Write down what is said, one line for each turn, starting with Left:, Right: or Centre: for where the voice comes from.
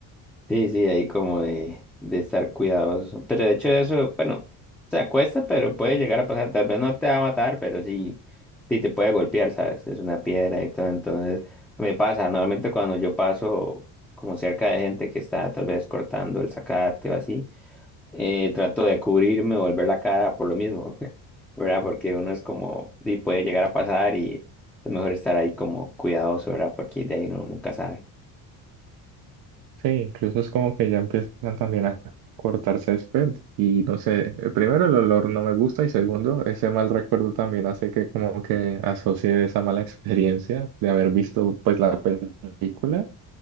Centre: Sí, sí, ahí como de, de estar cuidadoso. Pero de hecho eso, bueno, se acuesta, pero puede llegar a pasar. Tal vez no te va a matar, pero sí, sí te puede golpear, ¿sabes? Es una piedra y todo. Entonces, me pasa, normalmente cuando yo paso como cerca de gente que está tal vez cortando el zacate o así, eh, trato de cubrirme o volver la cara por lo mismo, <laughs> ¿verdad? Porque uno es como, sí, puede llegar a pasar y es mejor estar ahí como cuidadoso, ¿verdad? Porque de ahí uno nunca sabe.
Right: Sí, incluso es como que ya empiezan también a cortar césped y no sé, eh, primero el olor no me gusta y segundo, ese mal recuerdo también hace que como que asocie esa mala <laughs> experiencia de haber visto pues la película.